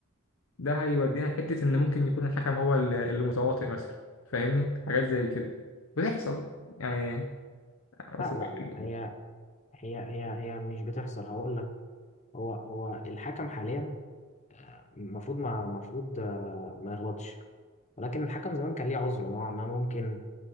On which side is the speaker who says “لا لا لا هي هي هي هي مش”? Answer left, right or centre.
Left